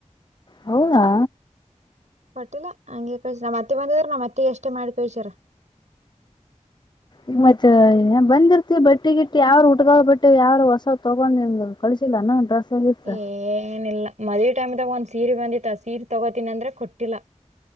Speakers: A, on the left; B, on the right.
A: ಹೌದಾ
B: ಕೊಟ್ಟಿಲ್ಲ ಹಂಗೆ ಕಳ್ಸ ನಮ್ಮ ಅತ್ತೆ ಬಂದಿದ್ರ ನಮ್ ಅತ್ತೆಗ್ ಅಷ್ಟೇ ಮಾಡಿ ಕಳ್ಸಾರ.
A: ಈ ಮತ್ತೆ ಬಂದಿರ್ತಿ ಬಟ್ಟಿ ಗಿಟ್ಟ ಯಾರ ಊಟ್ಗ ಬಟ್ಟಿ ಯಾರ ಹೊಸ್ ತೊಗೊಂಡ್ ನಿ ಕಳಸಿಲ್ಲ ಏನ್ ಡ್ರೆಸ್. ಗಿಸ್
B: ಏ ಏನಿಲ್ಲ ಮದವಿ ಟೈಮ್ದಾಗ ಒಂದು ಸೀರೆ ಬಂದಿತ್ತು ಸೀರೆ ತಗೋತೀನಿ ಅಂದ್ರೆ ಕೊಟ್ಟಿಲ್ಲ